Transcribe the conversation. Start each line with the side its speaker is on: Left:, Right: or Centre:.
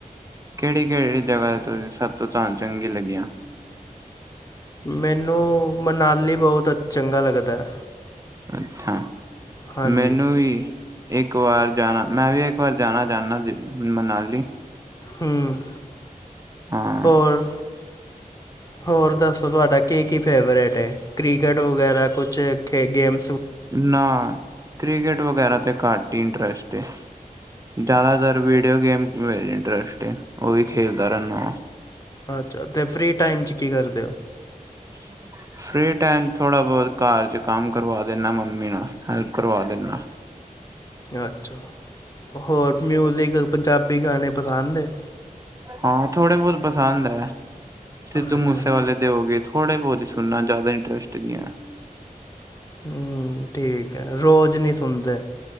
Right: ਕਿਹੜੀ ਕਿਹੜੀ ਜਗ੍ਹਾ ਤੇ ਸਭ ਤੋਂ ਤੁਹਾਨੂੰ ਚੰਗੀ ਲੱਗੀਆਂ?
Left: ਮੈਨੂੰ ਮਨਾਲੀ ਬਹੁਤ ਅੱ ਚੰਗਾ ਲੱਗਦਾ।
Right: ਅੱਛਾ,
Left: ਹਾਂਜੀ
Right: ਮੈਨੂੰ ਵੀ। ਇੱਕ ਵਾਰ ਜਾਣਾ, ਮੈਂ ਵੀ ਇੱਕ ਵਾਰ ਜਾਣਾ ਚਾਣਾ ਮਨਾਲੀ।
Left: ਹੂੰ,
Right: ਹਾਂ।
Left: ਹੋਰ, ਹੋਰ ਦੱਸੋ ਤੁਹਾਡਾ ਕੀ ਕੀ ਫੇਵਰੇਟ ਐ, ਕ੍ਰਿਕਟ ਵਗੈਰਾ ਕੁੱਛ ਖੇ ਗੇਮ
Right: ਨਾ ਕ੍ਰਿਕਟ ਵਗੈਰਾ ਤੇ ਘੱਟ ਹੀ ਇੰਟਰਸਟ ਏ। ਜ਼ਿਆਦਾਤਰ ਵੀਡੀਓ ਗੇਮ ਚ ਇੰਟਰਸਟ ਏ, ਉਵੀ ਖੇਲਦਾ ਰਹਿਣਾ ਵਾ।
Left: ਅੱਛਾ ਤੇ ਫਰੀ ਟਾਈਮ ਚ ਕੀ ਕਰਦੇ ਓ?
Right: <unintelligible> ਫਰੀ ਟਾਈਮ ਥੋੜਾ ਬਹੁਤ ਘਰ ਚ ਕੰਮ ਕਰਵਾ ਦਿੰਨਾ ਮੰਮੀ ਨਾਲ, ਹੈਲਪ ਕਰਵਾ ਦਿੰਨਾ।
Left: ਅੱਛਾ, ਹੋਰ ਮਿਊਜ਼ਿਕ, ਪੰਜਾਬੀ ਗਾਣੇ ਪਸੰਦ ਏ?
Right: ਹਾਂ, ਥੋੜੇ ਬਹੁਤ ਪਸੰਦ ਹੈ ਐ, ਸਿੱਧੂ
Left: ਅੱਛਾ
Right: ਮੂਸੇਵਾਲੇ ਦੇ ਹੋ ਗਏ। ਥੋੜੇ ਬਹੁਤ ਹੀ ਸੁਣਨਾ, ਜ਼ਿਆਦਾ ਇੰਟਰਸਟ ਨੀ ਐ।
Left: ਹੂੰ, ਠੀਕ ਐ, ਰੋਜ਼ ਨੀ ਸੁਣਦੇ?